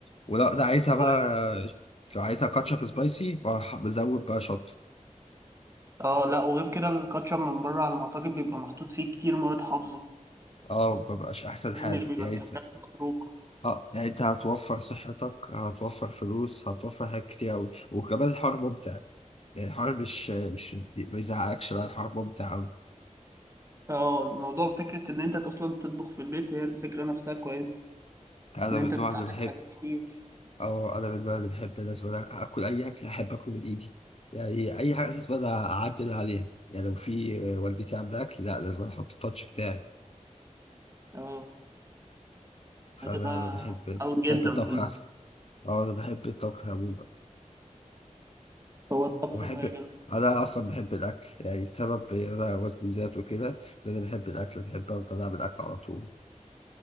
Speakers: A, on the left; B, on the right.
A: ولو انا عايزها بقى
B: و-
A: لو عايزها كاتشب سبايسي بروح بزود بقى شطه
B: اه لا وغير كده الكاتشب من بره على ما اعتقد بيبقى محطوط فيه كتير مواد حافظة
A: اه مبقاش احسن حاجه
B: لان بيبقى
A: يعني
B: في
A: انت
B: حاجات مضروبه
A: اه يعني انت هتوفر صحتك هتوفر فلوس هتوفر حاجات كتير قوي وكمان الحوار ممتع يعني الحوار مش مش ما يزعقكش لا الحوار ممتع قوي
B: اه الموضوع فكره ان انت اصلا تطبخ في البيت هي الفكره نفسها كويسه
A: انا
B: ان انت
A: من النوع
B: بتتعلم
A: اللي بحب
B: حاجات كتير
A: اه انا من النوع اللي بحب لازم اكل اي اكل احب اكله من ايدي يعني اي حاجه لازم انا اعدل عليها يعني لو في والدتي عامله اكل لا لازم أنا احط التاتش بتاعي
B: اه
A: فانا
B: هتبقى
A: بحب
B: متعاون جدا
A: بحب الطبخ
B: في البيت
A: احسن اه انا بحب الطبخ عموما
B: هو الطبخ
A: وبحب
B: هوايه جامده
A: انا اصلا بحب الاكل يعني السبب إن انا وزني زاد وكده ان انا بحب الاكل بحب افضل اعمل اكل على طول